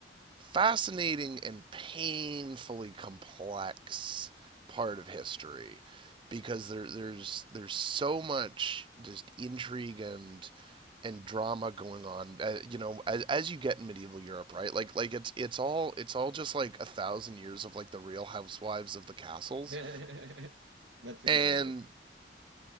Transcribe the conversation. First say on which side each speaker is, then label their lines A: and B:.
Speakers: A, on the right; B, on the right.
A: fascinating and painfully complex part of history because there there's there's so much just intrigue and and drama going on uh, you know as, as you get in medieval Europe right like like it's it's all it's all just like a thousand years of like the real housewives of the castles
B: <laughs> That's a
A: and
B: good way